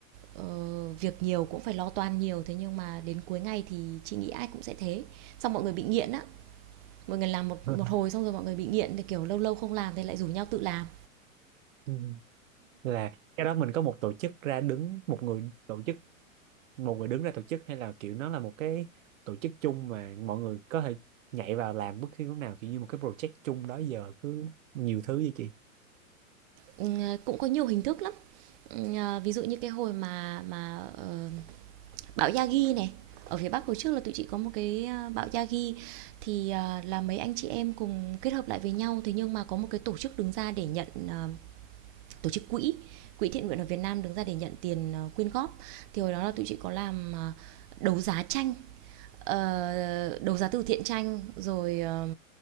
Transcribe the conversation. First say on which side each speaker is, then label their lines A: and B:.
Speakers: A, on the right; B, on the right.
A: ờ, việc nhiều cũng phải lo toan nhiều thế nhưng mà đến cuối ngày thì chị nghĩ ai cũng sẽ thế xong mọi người bị nghiện á mọi người làm một
B: <laughs>
A: một hồi xong rồi mọi người bị nghiện thì kiểu lâu lâu không làm thì lại rủ nhau tự làm
B: Ừ. là cái đó mình có một tổ chức ra đứng một người tổ chức một người đứng ra tổ chức hay là kiểu nó là một cái tổ chức chung mà mọi người có thể nhảy vào làm bất cứ lúc nào kiểu như một cái project chung đó giờ cứ nhiều thứ vậy chị
A: Ừ, cũng có nhiều hình thức lắm Ừ, ví dụ như cái hồi mà mà ờ, bão yagi này ở phía bắc hồi trước là tụi chị có một cái à, bão yagi thì à, là mấy anh chị em cùng kết hợp lại với nhau thế nhưng mà có một cái tổ chức đứng ra để nhận à, tổ chức quỹ quỹ thiện nguyện ở Việt Nam đứng ra để nhận tiền à, quyên góp thì hồi đó là tụi chị có làm à, đấu giá tranh ờ, đấu giá từ thiện tranh rồi ờ,